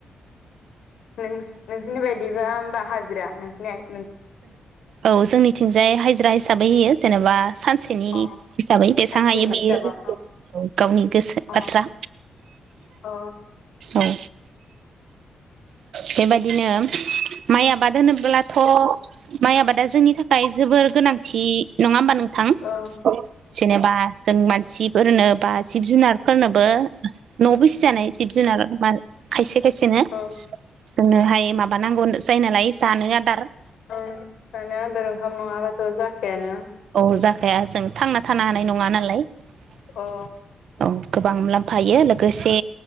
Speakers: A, on the left; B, on the right.
A: नोंसोरनि बायदिबा होमबा हाजिरा नोंसिनिया।
B: औ जोंनिथिंजाय हाजिरा हिसाबै होयो जेनेबा सानसेनि
A: अ
B: हिसाबै बेसां
A: सानसेनि
B: हायो बेयो
A: हिसाबाव
B: औ गावनि गोसो
A: अ
B: बाथ्रा
A: अ
B: औ बेबायदिनो माइ आबाद होनोब्लाथ' माइ आबादा जोंनि थाखाय जोबोर गोनांथि नङा ह होनोमबा नों थां
A: औ
B: जेनेबा जों मानसिफोरनो बा जिब जुनारफोरनोबो न'आव बिसिजानाय जिब जुनार म खायसे खायसेनो
A: औ
B: जोंनोहाय माबानांगौ जायो नालाय जानो आदार ।
A: आ जानो आदार ओंखाम नङाबाथ जाखानो
B: औ जाखाया जों थांना थानो हानाय नङा नालाय औ
A: अ
B: । गोबां मुलाम्फायो लोगोसे